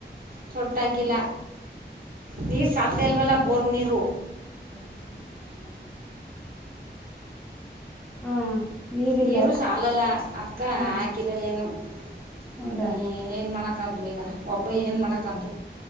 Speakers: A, on the right; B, in the centre.
A: ತೊಟ್ ಅಕಿಲ್ಲ ನೀ ಸಾತಲ್ವೆಲ್ಲ ಬೋರ್ ನೀರು
B: ಮಾಲ ಮಾಡ <unintelligible> ಹಾ ನೀರಿಲ್ಲ
A: ನೀರು ಸಾಲಲ್ಲ ಅದಕ್ಕ
B: ಹಾ
A: ಹಾಕಿಲ್ಲ ಏನು ಹ್ಮ
B: ಹೌದಾ
A: ಏನ್ ಮಾಡ ದ್ದು ಈಗ ಒಬ್ಬ ಏನ್ ಮಾಡಕದ್ದು